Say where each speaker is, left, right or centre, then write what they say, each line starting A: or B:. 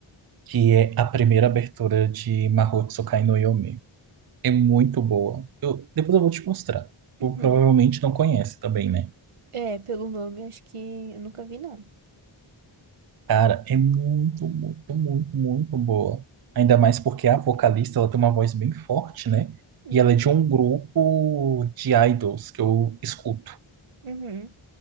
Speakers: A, on the right; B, on the right.
A: que é a primeira abertura de Mahou Tsukai no Yome. É muito boa. Eu, depois eu vou te mostrar. Tu
B: Uhum.
A: provavelmente não conhece também, né?
B: É, pelo nome, acho que eu nunca vi, não.
A: Cara, é muito, muito, muito, muito boa. Ainda mais porque a vocalista, ela tem uma voz bem forte, né?
B: Uhum.
A: E ela é de um grupo de idols que eu escuto.
B: Uhum.